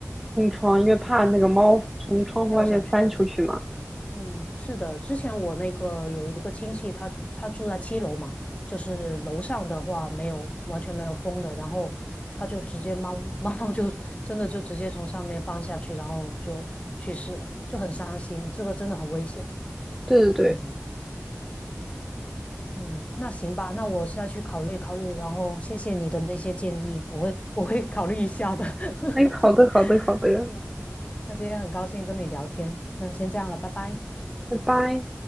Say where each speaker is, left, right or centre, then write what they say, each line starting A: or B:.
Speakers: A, in the centre; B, on the left.
A: 封窗，因为怕那个猫从窗户外面翻出去嘛。
B: 跳下去。嗯，是的，之前我那个有一个亲戚他，他住在七楼嘛，就是楼上的话没有完全没有风的，然后他就直接猫 <laughs> 猫猫就真的就直接从上面翻下去，然后就去世了，就很伤心，这个真的很危险。
A: 对对对，
B: 嗯。嗯，那行吧，那我下去考虑考虑，然后谢谢你的那些建议，我会我会考虑一下的。<laughs>
A: 哎，好的好的好的，
B: 嗯，那今天很高兴跟你聊天，那先这样了，拜拜。
A: 拜拜。